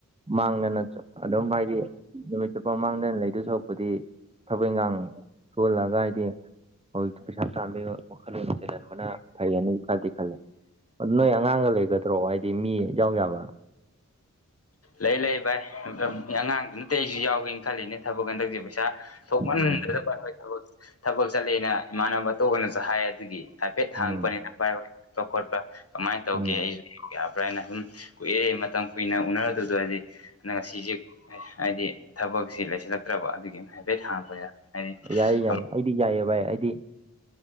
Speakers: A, on the right (about 20°); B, on the left (about 50°).
A: ꯃꯥꯡꯗꯅ ꯑꯗꯨꯝ ꯍꯥꯏꯗꯤ ꯅꯨꯃꯤꯠ ꯆꯨꯞꯄ ꯃꯥꯡꯗꯅ ꯂꯩꯗꯨꯁꯨ ꯑꯩꯗꯤ ꯊꯕꯛ ꯏꯟꯈꯥꯡ ꯁꯨꯍꯜꯂꯑꯒ ꯍꯥꯏꯗꯤ ꯍꯧꯖꯤꯛꯇꯤ ꯄꯩꯁꯥ ꯇꯥꯕꯤꯒꯤ ꯋꯥꯈꯜꯂꯣꯟ ꯆꯦꯜꯍꯟꯕꯅ ꯐꯩꯌꯦꯅ ꯈꯔꯗꯤ ꯈꯜꯂꯦ ꯅꯣꯏ ꯑꯉꯥꯡꯒ ꯂꯩꯒꯗ꯭ꯔꯣ ꯍꯥꯏꯗꯤ ꯃꯤ ꯌꯥꯎ ꯌꯥꯕ
B: ꯂꯩ ꯂꯩ ꯚꯥꯏ ꯑꯉꯥꯡ ꯅꯠꯇꯦ ꯑꯩꯁꯨ ꯌꯥꯎꯒꯦꯅ ꯈꯜꯂꯤꯅꯦ ꯊꯕꯛ ꯍꯟꯗꯛꯁꯦ ꯄꯩꯁꯥ ꯊꯣꯛꯃꯟꯗꯕ
A: ꯎꯝ
B: ꯊꯕꯛ ꯆꯠꯂꯦꯅ ꯏꯃꯥꯟꯅꯕ ꯑꯇꯣꯞꯄꯅꯁꯨ ꯍꯥꯏ ꯑꯗꯨꯒꯤ ꯍꯥꯏꯐꯦꯠ
A: ꯎꯝ
B: ꯍꯥꯡꯉꯛꯄꯅꯤꯗ ꯄꯥꯢ ꯈꯣꯠꯄ ꯀꯃꯥꯏꯅ ꯇꯧꯒꯦ
A: ꯎꯝ
B: ꯑꯩꯁꯨ ꯌꯥꯕ꯭ꯔꯥ ꯍꯥꯏꯅ ꯑꯗꯨꯝ ꯀꯨꯏꯔꯦ ꯃꯇꯝ ꯀꯨꯏꯅ ꯎꯅꯔꯨꯗꯕꯗꯨ ꯑ ꯉꯁꯤꯁꯦ ꯍꯥꯏꯗꯤ ꯊꯕꯛꯁꯤ ꯂꯩꯁꯤꯜꯂꯛꯇ꯭ꯔꯕ ꯑꯗꯨꯒꯤ ꯍꯥꯏꯐꯦꯠ ꯍꯥꯡꯉꯛꯄꯅꯤꯗ ꯍꯥꯏ
A: ꯌꯥꯏꯌꯦ ꯌꯥꯏꯌꯦ ꯑꯩꯗꯤ ꯌꯥꯏꯌꯦ ꯚꯥꯏ ꯑꯩꯗꯤ